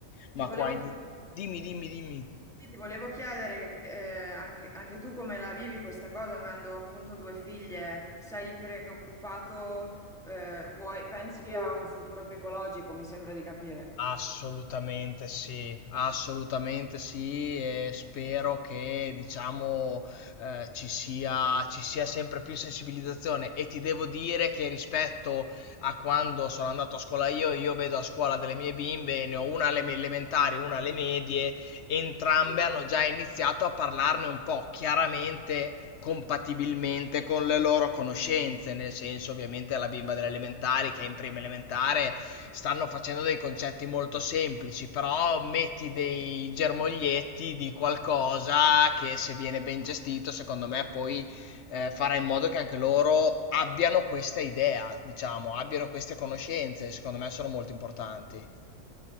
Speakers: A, on the left; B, in the centre.
A: ma
B: Ti volevo,
A: qua in...
B: chi- ti-
A: Dimmi, dimmi, dimmi.
B: sì, ti volevo chiedere eh, anche, anche tu come la vivi questa cosa, avendo appunto due figlie, sei preoccupato, eh, vuoi- pensi a un futuro più ecologico, mi sembra di capire.
A: Assolutamente sì, assolutamente sì e spero che diciamo eh, ci sia, ci sia sempre più sensibilizzazione e ti devo dire che rispetto a quando sono andato a scuola io, io vedo a scuola delle mie bimbe, ne ho una alle me- elementari, una alle medie, entrambe
B: Sì,
A: hanno già iniziato a parlarne un po', chiaramente compatibilmente con le loro conoscenze, nel senso ovviamente la bimba delle elementari che è in prima elementare stanno facendo dei concetti molto semplici, però metti dei germoglietti di qualcosa che se viene ben gestito, secondo me poi eh, farà in modo che anche loro abbiano questa idea, diciamo, abbiano queste conoscenze, secondo me sono molto importanti.